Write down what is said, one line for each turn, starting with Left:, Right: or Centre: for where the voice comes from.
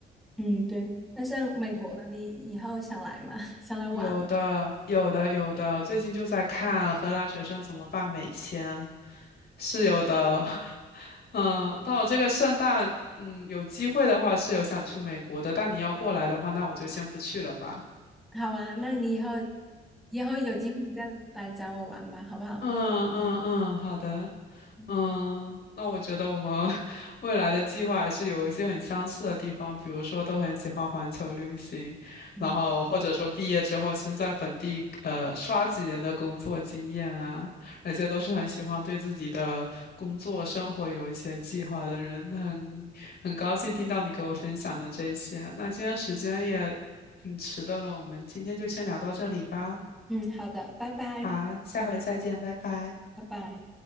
Centre: 嗯，对。那像美国，
Left: 嗯，
Centre: 你以后想来吗？<laughs> 想来玩？
Left: 有的，有的，有的。最近就在看荷兰学生怎么办美签，是有的。<laughs> 嗯，但我这个圣诞，嗯，有机会的话是有想去美国的，但你要过来的话，那我就先不去了吧。
Centre: 好啊，那你以后以后有机会你再来找我玩吧，好不好？
Left: 嗯嗯嗯，好的。
Centre: 嗯
Left: 嗯，那我觉得我们 <laughs> 未来的计划还是有一些很相似的地方，比如说都很喜欢环球旅行，
Centre: 嗯，
Left: 然后或者说毕业之后先在本地呃刷几年的工作经验啊，而且都是很喜欢对自己的工作生活有一些计划的人，很很高兴听到你给我分享的这些。那今天时间也挺迟的了，我们今天就先聊到这里吧。
Centre: 嗯，好的，拜拜，
Left: 好，下回再见，拜拜。
Centre: 拜拜。